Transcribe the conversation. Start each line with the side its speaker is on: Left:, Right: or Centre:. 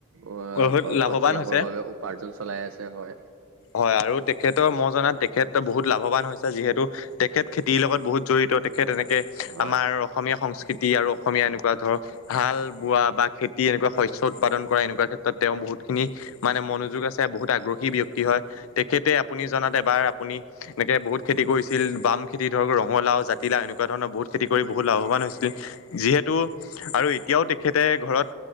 Right: অহ'
Left: বহুত
Right: ঘৰখন
Left: লাভৱান
Right: চলাবৰ
Left: হৈছে।
Right: বাবে উপাৰ্জন চলাই আছে হয়।
Left: হয় আৰু তেখেতৰ মই জানাত তেখেত বহুত লাভৱান হৈছে, যিহেতু তেখেত খেতিৰ লগত বহুত জড়িত তেখেত তেনেকে
Right: হয়
Left: আমাৰ অসমীয়া সংস্কৃতি খেতি আৰু অসমীয়া এনেকুৱা ধৰক হাল বোৱা বা খেতি এনেকুৱা শস্য উৎপাদন কৰা এনেকুৱা ক্ষেত্ৰত তেওঁ বহুত বহুত খিনি মানে মনোযোগ আছে বহুত আগ্ৰহী ব্যক্তি হয়। তেখেতে আপুনি জনাত এবাৰ আপুনি এনেকে বহুত খেতি কৰিছিল বাম খেতি ধৰক ৰঙালাও জাতি এনেকুৱা ধৰণৰ বহুত খেতি কৰি বহুত লাভৱান হৈছিল, যিহেতু আৰু এতিয়াও তেখেতে ঘৰত